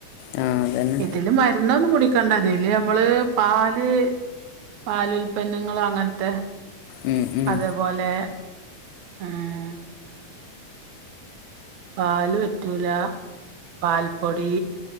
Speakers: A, on the left; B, on the right.
A: ആ അതന്നെ
B: ഇതില് മരുന്ന് ഒന്നും കുടിക്കണ്ട തില് നമ്മള് പാൽ ല് പാല് ഉൽപന്നങ്ങളോ അങ്ങനത്തെ
A: ഉം, ഉം,
B: അതേപോലെ ആഹ് പാല് പറ്റൂല പാൽപ്പൊടി